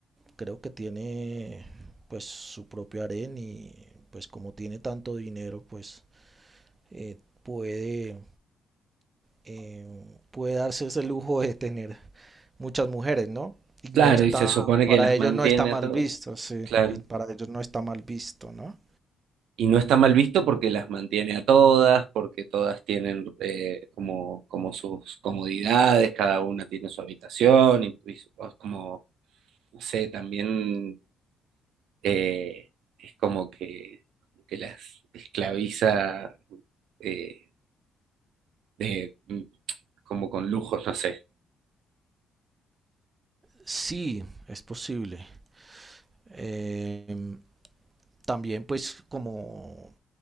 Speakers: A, on the right (about 30°); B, on the right (about 80°).
A: creo que tiene pues su propio harén y pues como tiene tanto dinero, pues eh, puede eh, puede darse ese lujo de tener muchas mujeres, ¿no? Y no
B: Claro,
A: está,
B: y se supone
A: para
B: que las
A: ellos
B: mantiene
A: no está mal
B: a todos.
A: visto, sí,
B: Claro.
A: y para ellos no está mal visto, ¿no?
B: Y no está mal visto porque las mantiene a todas, porque todas tienen eh, como, como sus comodidades, cada una tiene su habitación y, y su- es como no sé, también eh, es como que, que las esclaviza eh, de, mm, como con lujos, no sé.
A: Sí, es posible. Eh, también pues como